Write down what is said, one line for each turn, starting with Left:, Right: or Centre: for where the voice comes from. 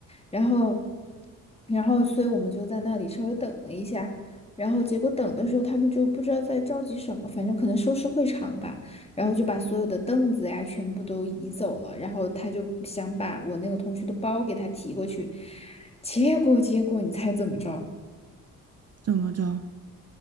Left: 然后，然后，所以我们就在那里稍微等了一下。然后结果等的时候，他们就不知道在着急什么，反正可能收拾会场吧。然后就把所有的凳子呀全部都移走了。然后他就想把我那个同学的包给他提过去，结果结果你猜怎么着？
Right: 怎么着？